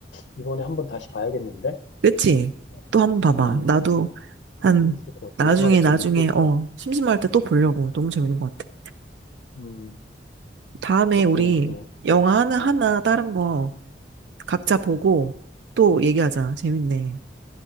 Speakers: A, on the left (about 75°); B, on the right (about 75°).
A: 이번에 한 번 다시 봐야겠는데?
B: 그치?
A: 어,
B: 또 한 번 봐봐.
A: 음,
B: 나도 한,
A: 재밌을 것 같아.
B: 나중에,
A: 오랜만에
B: 나중에,
A: 보면 또 재밌지.
B: 어, 심심할 때 또 보려고. 너무 재밌는 것 같아.
A: 음,
B: 다음에
A: 덕분에
B: 우리
A: 또,
B: 영화 하나,
A: 어,
B: 하나, 다른 거 각자 보고 또 얘기하자. 재밌네.